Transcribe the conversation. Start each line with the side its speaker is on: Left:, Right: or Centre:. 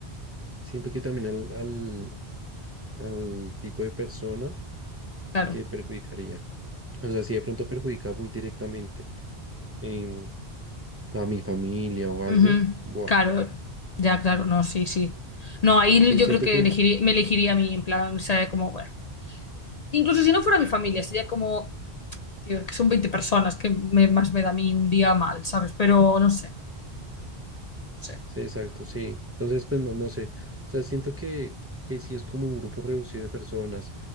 Right: siento que también al, al, al tipo de persona
Left: Claro.
Right: que perjudicaría. O sea, si de pronto perjudica muy directamente em, a mi familia o algo,
Left: Ujú,
Right: buah.
Left: Claro, ya, claro, no, sí, sí. No, ahí
Right: Sí,
Left: yo
Right: siento
Left: creo que
Right: que
Left: elegiría, me elegiría a mí, en plan, o sea, como, bueno. Incluso si no fuera mi familia, sería como, tío, es que son 20 personas, que me- más me da a mí un día mal, ¿sabes? Pero no sé, no sé.
Right: Sí, exacto, sí. Entonces, pues no, no sé. O sea, siento que, que si es como un grupo reducido de personas